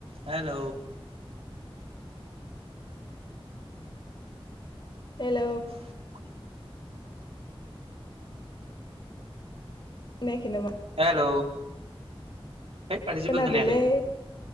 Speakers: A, on the right; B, on the left.
A: हेल'
B: हेल'
A: <inaudible>
B: खोनायाखै नामा
A: हेलौ है माथो जेबो
B: खोनादोंलै
A: खोनायाखै